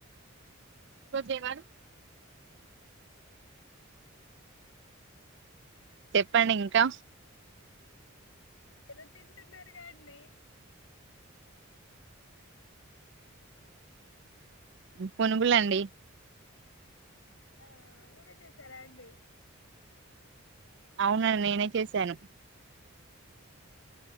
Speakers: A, on the right; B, on the left.
A: కొద్ద్దేవారు చెప్పండి ఇంకా
B: ఏదో తింటున్నారు కాండి
A: పొనుగులండి
B: ఆ మీరే చేసారా అండి
A: అవును అది నేనే చేశాను